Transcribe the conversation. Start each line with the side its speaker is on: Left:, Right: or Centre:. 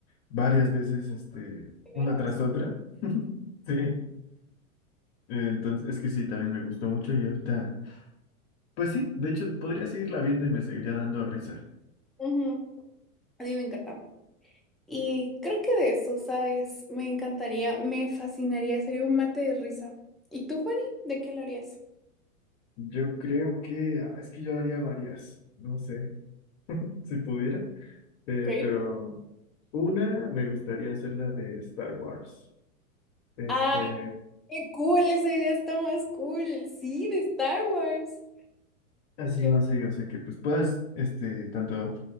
Left: varias veces, este,
Centre: primera.
Left: una tras otra. Sí. Eh, Entonces, es que sí, también me gustó mucho y ahorita, pues sí, de hecho, podría seguirla viendo y me seguiría dando risa.
Centre: Ujú, A mí me encanta. Y creo que de eso, ¿sabes? Me encantaría, me fascinaría, sería un mate de risa. ¿Y tú, Juani? ¿De qué lo harías?
Left: Yo creo que, ah, es que yo haría varias, no sé, si pudiera. Eh,
Centre: Ok.
Left: pero una me gustaría hacer la de Star Wars. Este,
Centre: ¡Ay, qué cool! Esa idea está más cool. Sí, de Star Wars.
Left: así
Centre: Qué
Left: no sé, o sea que pues puedas, este, tanto